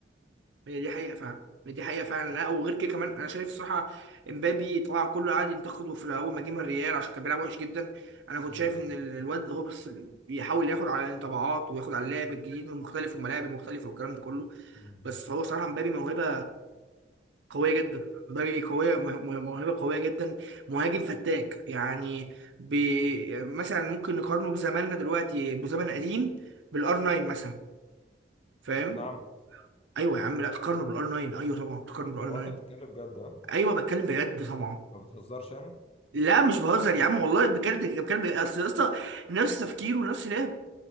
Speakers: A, on the right; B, on the left.
A: هي دي حقيقة فعلا دي حقيقة فعلا لا وغير كده كمان أنا شايف الصراحة إمبابي طبعا كله قعد ينتقده في الأول ما جه من الريال عشان كان بيلعب وحش جدا أنا كنت
B: مم.
A: شايف إن ال- الواد هو بس بيحاول ياخد على الانطباعات وياخد على اللعب الجديد والمختلف والملاعب المختلفة والكلام ده كله
B: مم.
A: بس هو صراحة إمبابي موهبة قوية جدا إمبابي قوية مه- مه- موهبة قوية جدا مهاجم فتاك يعني بي مثلا ممكن نقارنه بزماننا دلوقتي بزمن قديم بالآر 9 مثلا فاهم؟
B: نعم
A: أيوه يا عم لا تقارنه بالآر 9 أيوه طبعا تقارنه
B: هو انت
A: بالآر
B: هو انت بتتكلم
A: 9
B: جد ها
A: ايوه بتكلم بجد طبعا
B: ما بتهزرش يعني
A: لا مش بهزر يا عم والله بجد بتكلم بجد اصل يا اسطى نفس تفكيره ونفس لعب